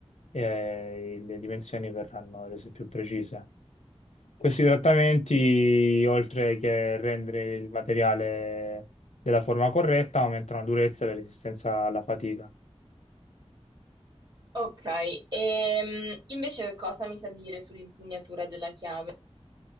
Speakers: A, on the left; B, on the right.
A: e le dimensioni verranno rese più precise. Questi trattamenti, oltre che rendere il materiale della forma corretta, aumentano la durezza e la resistenza alla fatica.
B: Ok, ehm, invece che cosa mi sa dire sull'impugnatura della chiave?